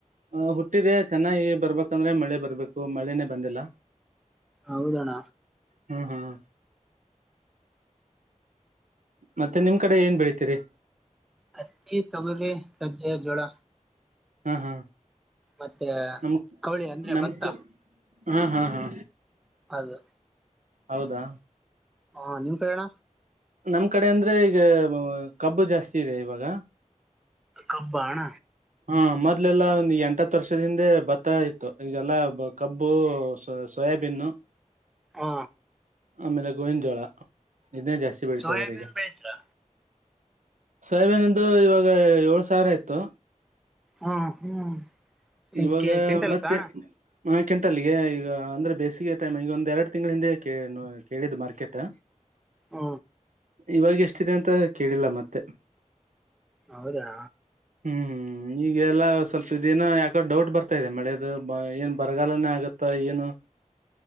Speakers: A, on the right; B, in the centre.
A: ಆ ಹುಟ್ಟಿದ ಚೆನ್ನಾಗಿ ಬರ್ಬೇಕಂದ್ರೆ ಮಳೆ ಬರ್ಬೇಕು ಮಳೆನೆೇ ಬಂದಿಲ್ಲ
B: ಹೌದಣ್ಣ
A: ಹ್ಮ್ ಹ್ಮ್ ಮತ್ತೆ ನಿಮ್ ಕಡೆ ಏನ್ ಬೆಳತೀರಿ
B: ಹತ್ತಿ ತೊಗರೆ ರಜ್ಜೆಯ ಜೋಳ
A: ಹಾ ಹಾ
B: ಮತ್ತೆ
A: ನಮ
B: ಕವಳಿ ಅಂದ್ರೆ
A: ನಮಕ್
B: ಭತ್ತ
A: ಹಾ ಹಾ ಹಾ
B: ಅದು
A: ಹೌದಾ
B: ಹಾ ನಿಮ್ ಕಡೆಣ
A: ನಮ್ ಕಡೆ ಅಂದ್ರೆ ಈಗ ಕಬ್ಬು ಜಾಸ್ತಿ ಇದೆ ಇವಾಗ
B: ಕಬ್ಬ ಹ್ಣ
A: ಹಾ ಮೊದ್ಲೆಲ್ಲಾ ಒಂದು ಎಂಟತ್ತು ವರ್ಷದಿಂದೆ ಭತ್ತ ಇತ್ತು ಈಗೆಲ್ಲಾ ಕಬ್ಬುಯ ಬೆನ್ನು
B: ಹ
A: ಆಮೇಲೆ ಗೋವಿಂದ ಜೋಳ ಇದನ್ನೇ ಜಾಸ್ತಿ ಬೆಳ್ತಾಾರೆ
B: ಸೋಯಾಬೀನ್
A: ಈಗ
B: ಬೆಳಿತೀರಾ
A: ಶ್ರ್ಲಿಇವಾಗ ಏಳ್ ಸಾವಿರ ಆಯ್ತು
B: ಹ್ಮ ಹ್ಮ್
A: ಇವಾಗ
B: ಕ್ವಿಂಟಲ್
A: ಮತ್ತೆ
B: ಕಾಣ
A: ಮಾರ್ಕೆಂಟ್ ಅಲ್ಲಿಗೆ ಈಗ ಅಂದ್ರೆ ಬೇಸಿಗೆ ಟೈಮ್ ಈಗ ಒಂದ ಎರಡು ತಿಂಗಳ ಹಿಂದೆ ಕ ಕೇಳಿದ್ ಮಾರ್ಕೆಟ್
B: ಹ್ಮ
A: ಇವಾಗ ಎಷ್ಟಿದೆ ಅಂತ ಕೇಳಿಲ್ಲ ಮತ್ತೆ
B: ಹೌದಾ
A: ಹ್ಮ್ ಹ್ಮ್ ಈಗೆಲ್ಲಾ ಸ್ವಲ್ಪ ಇದೇನ ಯಾ ಡೌಟ್ ಬರ್ತಾ ಇದೆ ಮಳೆದು ಏನ್ ಬರಗಾಲನೇ ಆಗುತ್ತ ಏನು